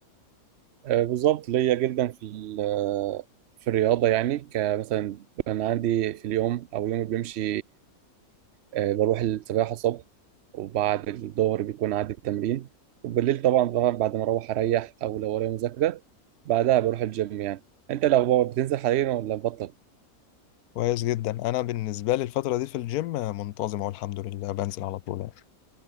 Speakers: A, on the right (about 60°); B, on the left (about 85°).
A: آه بالظبط ليا جدا في ال- آه، في الرياضه يعني كمثلا انا عندي في اليوم او يومي بيمشي آه بروح السباحه الصبح وبعد الظهر بيكون عندي التمرين وبالليل طبعا بقى بعد ما اروح اريح او لو ورايا مذاكره بعدها بروح الجيم يعني انت الاخبار بتنزل حاليا ولا بطل
B: كويس جدا انا بالنسبه لي الفتره دي في الجيم آه، منتظم اهو الحمد لله بنزل على طول يعني